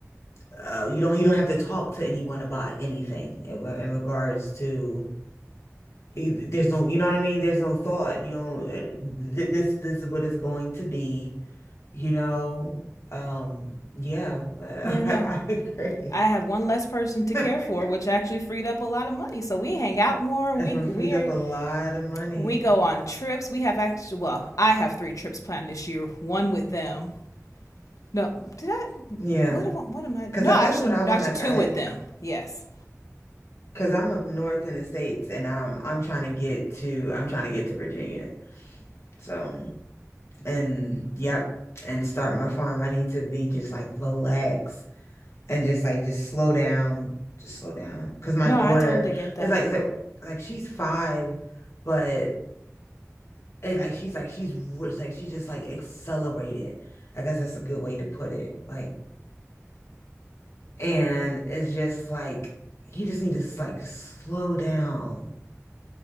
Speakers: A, on the left (about 60°); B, on the left (about 80°).
A: Uh, you don't. You don't have to talk to anyone about anything in, re- in regards to. y- There's no. You know what I mean? There's no thought. You don't. uh, th- This. This is what it's going to be. You know. Um. Yeah. <laughs> I,
B: Yeah, no.
A: agree.
B: I have one less person
A: <laughs>
B: to care for, which actually freed up a lot of money. So we hang out more. We
A: We're freed
B: we are,
A: up a lot of money.
B: we go on trips. We have actually well, I have three trips planned this year. One with them. No, did I?
A: Yeah,
B: What am I- what am I?
A: because
B: No,
A: that,
B: actually,
A: that's what I
B: no,
A: want.
B: actually
A: Like
B: two
A: I.
B: with them. Yes.
A: Cause I'm up north in the States and I'm I'm trying to get to I'm trying to get to Virginia. So and yep, and start my farm. I need to be just like relax and just like just slow down. Just slow down. Cause my
B: No,
A: daughter
B: I totally get that.
A: is like it's like like she's five, but and like she's like she's r- it's like she's just like accelerated. I guess that's a good way to put it. Like and it's just like you just need to like slow down.